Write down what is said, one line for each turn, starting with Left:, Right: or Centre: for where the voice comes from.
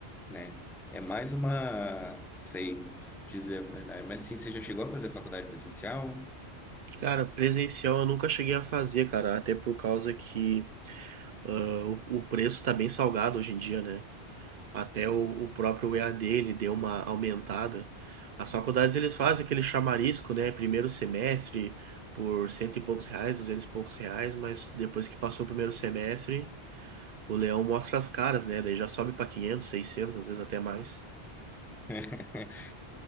Centre: né? É mais uma, sei dizer a verdade, mas sim, você já chegou a fazer faculdade presencial?
Right: Cara, presencial eu nunca cheguei a fazer, cara, até por causa que ah, o, o preço tá bem salgado hoje em dia, né? Até o, o próprio EAD ele deu uma aumentada. As faculdades eles fazem aquele chamarisco, né? Primeiro semestre por cento e poucos reais, duzentos e poucos reais, mas depois que passou o primeiro semestre, o leão mostra as caras, né? Daí já sobe para quinhentos seiscentos às vezes até mais.
Centre: <laughs>